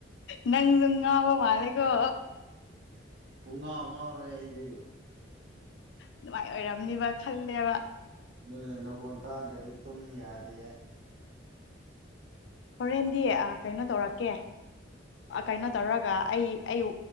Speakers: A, on the left; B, on the right.
A: ꯅꯪ ꯂꯉꯕꯣ ꯃꯥꯅꯦꯒꯣ
B: ꯄꯨꯨꯡꯉꯥ ꯄꯨꯉꯥ ꯑꯣꯏꯔꯗꯤ
A: ꯑꯗꯨꯃꯥꯏꯅ ꯑꯣꯏꯔꯝꯅꯤꯕ ꯈꯜꯂꯦꯕ
B: ꯑꯗꯨ ꯅꯈꯣꯟ ꯇꯥꯗ꯭ꯔꯗꯤ ꯇꯨꯝ ꯌꯥꯗꯦ
A: ꯍꯣꯔꯦꯟꯗꯤ ꯀꯩꯅꯣ ꯇꯧꯔꯛꯀꯦ ꯀꯩꯅꯣ ꯇꯧꯔꯒ ꯑꯩ ꯑꯩ